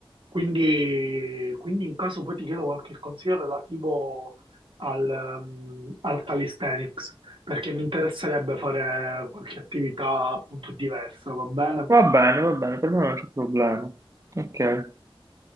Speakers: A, on the right; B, on the right.
A: Quindi, quindi in caso poi ti chiedo qualche consiglio relativo al, ehm, al calisthenics, perché mi interesserebbe fare qualche attività appunto diversa, va bene?
B: Va bene, va bene, per me non c'è problema. Ok.